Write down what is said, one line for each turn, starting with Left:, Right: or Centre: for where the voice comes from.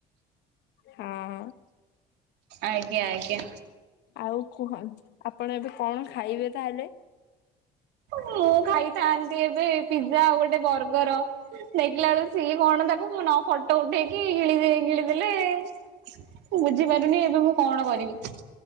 Left: ହଁ।
Right: ଆଜ୍ଞା ଆଜ୍ଞା।
Left: ଆଉ କୁହ ଆପଣ ଏବେ କଣ ଖାଇବେ ତାହେଲେ?
Right: ମୁଁ ଖାଇଥାନ୍ତି ଏବେ ପିଜ୍ଜା ଆଉ ଗୋଟେ ବର୍ଗର। ଦେଖିଲା ବେଳକୁ ସିଏ କଣ ତାକୁ ମୁଁ ନ ଫଟୋ ଉଠେଇକି ଗିଳି ଦେଇ ଗିଳି ଦେଲେ ମୁଁ ବୁଝିପାରୁନି ଏବେ ମୁଁ କଣ କରିବି?